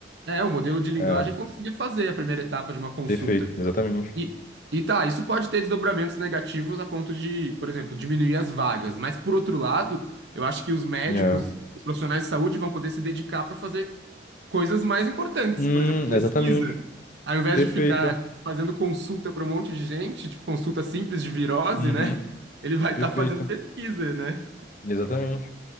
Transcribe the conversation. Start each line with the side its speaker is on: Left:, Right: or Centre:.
Right: É, um modelo de linguagem
Left: É,
Right: consiga fazer a primeira etapa de uma consulta.
Left: perfeito, exatamente.
Right: E, e tá, isso pode ter desdobramentos negativos a ponto de, por exemplo, diminuir as vagas. Mas, por outro lado, eu acho que os médicos,
Left: É.
Right: os profissionais de saúde vão poder se dedicar para fazer coisas mais importantes,
Left: Hum,
Right: por exemplo, pesquisa.
Left: exatamente.
Right: Ao invés
Left: Perfeito.
Right: de ficar fazendo consulta para um monte de gente, tipo consulta simples de virose,
Left: Uhum,
Right: né? <laughs> Ele vai estar
Left: perfeito.
Right: fazendo pesquisa, né?
Left: Exatamente.